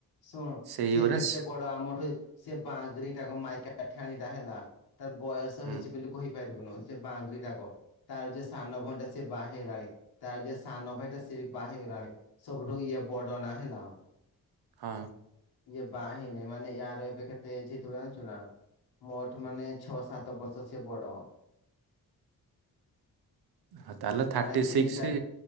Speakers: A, on the left (about 90°); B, on the right (about 90°).
A: ଶୁଣ
B: ସେଇଗୁରା
A: ସିଏ କେତେ
B: ସ
A: ବଡ ଆମଠୁ ସେ ବାଙ୍ଗରି ଟାକୁ ମାଇକା ଠାଣିଟା ହେଲା ତାର ବୟସ
B: ହୁଁ
A: ହେଇଛି ବେଲି କହିପାରିବୁନୁ ସେ ବାଙ୍ଗରିଟା ଗୋ। ତାର ଯିଏ ସାନ ଭଉଣୀଟା ସିଏ ବାହା ହେଇଲାଣି ତାର ଯିଏ ସାନ ଭାଇଟା ସିଏ ବି ବାହା ହେଇଗଲାଣି। ସବୁଠୁ ଇଏ ବଡ ନା ହେଲା।
B: ହଁ।
A: ଇଏ ବାହା ହେଇନେ ମାନେ ୟାର ଏବେ କେତେ ଏଜ୍ ହେଇଥିବ ଜାଣିଛୁ ନା ମୋଠୁ ମାନେ ଛଅ ସାତବର୍ଷ ସିଏ ବଡ।
B: ହଁ ତାହେଲେ ଥାର୍ଟି
A: ନାଇଁ ତିନି
B: ସିକ୍ସ
A: ଚାରି